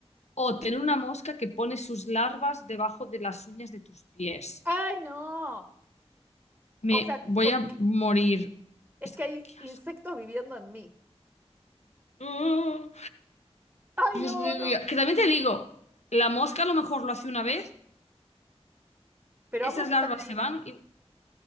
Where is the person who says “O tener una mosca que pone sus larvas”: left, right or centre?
Left